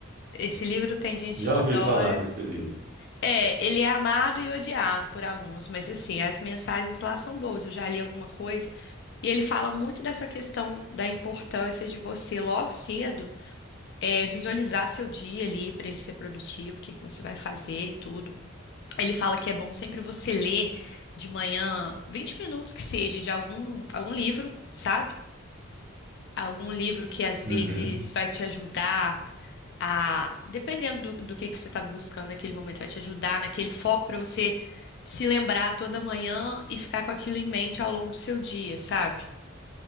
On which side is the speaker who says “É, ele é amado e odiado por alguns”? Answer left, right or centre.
Left